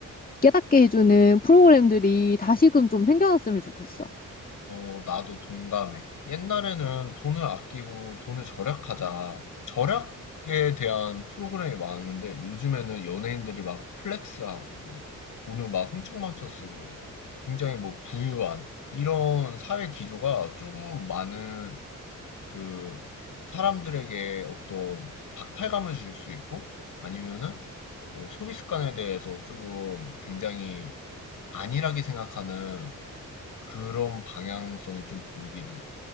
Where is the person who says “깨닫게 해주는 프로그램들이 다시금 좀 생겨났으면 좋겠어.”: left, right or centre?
Left